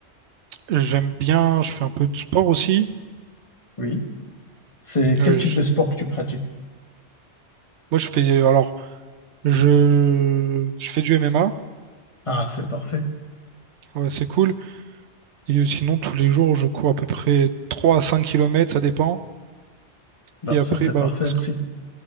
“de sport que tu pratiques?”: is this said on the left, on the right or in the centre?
Left